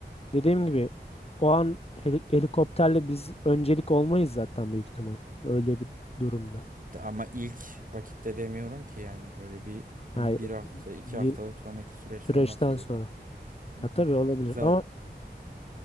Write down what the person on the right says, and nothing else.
Ama ilk vakitte demiyorum ki yani böyle bir hani
bir hafta, iki
haftalık sonraki süreçten
bahsediyorum.
Hı
hı.
Zaten